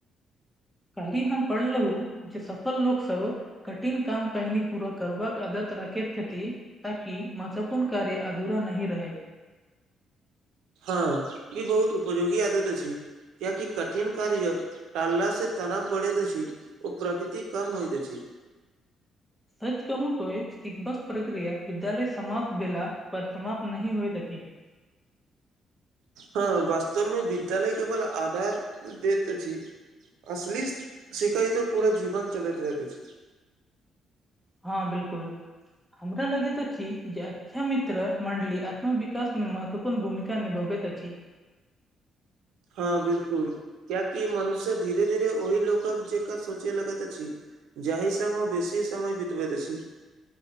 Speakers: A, in the centre; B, on the right.
A: कालहि हम पढ़लहु जे सफल लोक सब कठिन काम पहिनी पूरा करबाक आदत रखैत छथि ताकि महत्वपूर्ण कार्य अधूरा नहि रहे
B: हँ ई बहुत उपयोगी आदत अछि कियाकि कठिन कार्य टालला से तनाव बढ़ैत छै ओ प्रकृति कम होइत छै
A: सच कहू तो सिखबाक प्रक्रिया विद्यालय समाप्त भेला पर समाप्त नहि होएत अछि
B: हँ वास्तवमे विद्यालय केवल आधार देत अछि असली सिखैय तो पूरा जीवन चलैत रहैत अछि
A: हँ बिल्कुल हमरा लगेैत अछि जे अच्छा मित्र मंडली आत्म विकास मे महत्व पूर्ण भूमिका निभबैत अछि
B: हँ बिलकुल कियाकि मनुष्य धीरे - धीरे ओहि लोकक जेका सोचय लगैत अछि जाहि सबमे बेसी समय बितबैत अछि